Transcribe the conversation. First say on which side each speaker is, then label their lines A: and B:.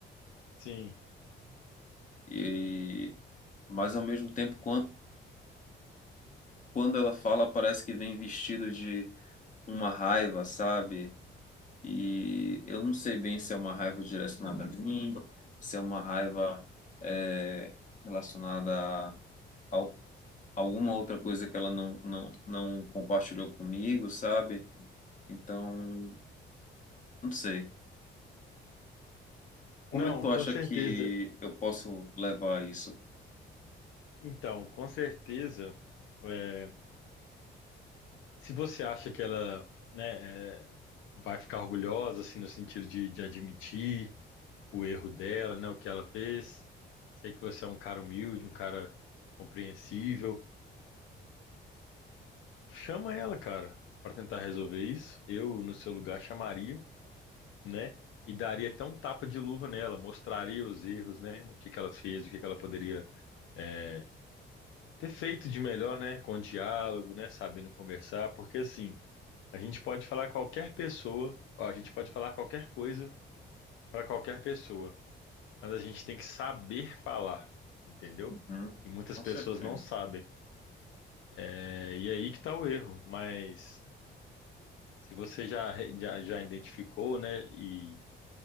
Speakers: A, on the left; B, on the left.
A: Sim.
B: E mas ao mesmo tempo quan- quando ela fala, parece que vem vestido de uma raiva, sabe? E eu não sei bem se é uma raiva direcionada a mim, se é uma raiva é, relacionada a al- alguma outra coisa que ela não, não, não compartilhou comigo, sabe? Então, não sei. Como
A: Não,
B: é que tu
A: com
B: acha
A: certeza.
B: que eu posso levar isso?
A: Então, com certeza, é, se você acha que ela, né, é, vai ficar orgulhosa, assim, no sentido de, de admitir o erro dela, né, o que ela fez, sei que você é um cara humilde, um cara compreensível. Chama ela, cara, pra tentar resolver isso. Eu, no seu lugar, chamaria, né? E daria até um tapa de luva nela, mostraria os erros, né? O que que ela fez, o que que ela poderia é, ter feito de melhor, né? Com diálogo, né? Sabendo conversar, porque assim, a gente pode falar qualquer pessoa, ó, a gente pode falar qualquer coisa para qualquer pessoa, mas a gente tem que saber falar, entendeu?
B: Uhum,
A: E muitas
B: com
A: pessoas
B: certeza.
A: não sabem. É, e aí que tá o erro, mas Se você já, já, já identificou, né, e,